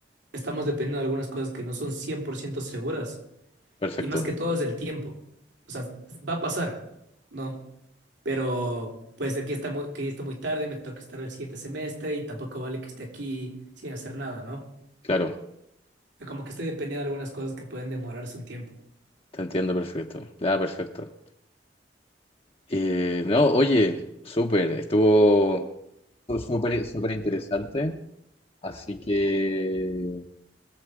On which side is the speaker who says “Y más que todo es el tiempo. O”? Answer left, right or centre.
Right